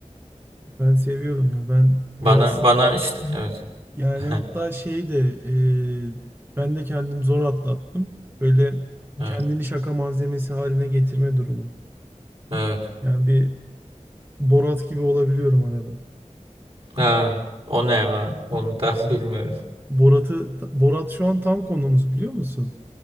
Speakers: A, on the right; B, on the right.
A: Ben seviyorum ya. Ben
B: Bana
A: biraz
B: bana işte evet.
A: Yani
B: <laughs>
A: hatta şey de e, ben de kendim zor atlattım. Böyle
B: Evet.
A: kendini şaka malzemesi haline getirme durumu.
B: Evet.
A: Yani bir Borat gibi olabiliyorum arada.
B: Ha, o ne ya? Onu tam <laughs> bilmiyorum.
A: Borat'ı Borat şu an tam konumuz biliyor musun?